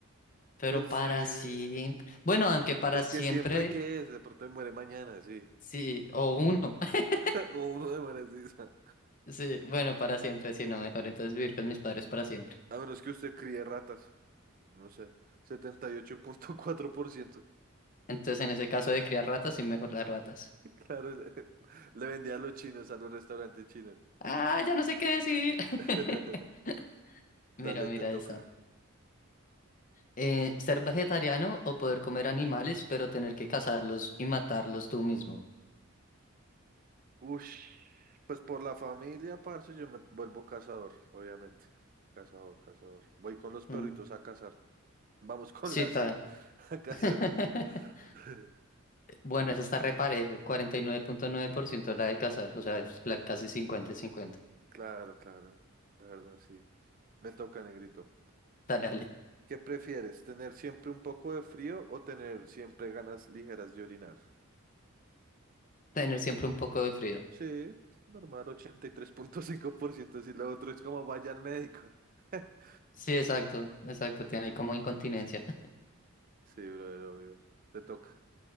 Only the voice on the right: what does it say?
Pues,
eh,
pues
que siempre que es, de pronto me muere mañana, sí.
<laughs> O uno de muere así. sa-
A menos que usted críe ratas, no sé. setenta y ocho punto cuatro por ciento
<laughs> Claro, le, le vendía a los chinos, a los restaurantes chinos.
<laughs> Dale,
te toca.
Ush, pues por la familia, parce, yo me vuelvo cazador, obviamente. Cazador, cazador. Voy con los perritos
a cazar. Vamos <laughs> con
la
sí, <laughs> a cazar.
<laughs>
Claro, claro. La verdad, sí. Me toca, negrito.
¿Qué prefieres? ¿Tener siempre un poco de frío o tener siempre ganas ligeras de orinar?
Sí, normal, ochenta y tres punto cinco por ciento, Si lo otro es como vaya al médico. <laughs>
Sí, brother, obvio. Te toca.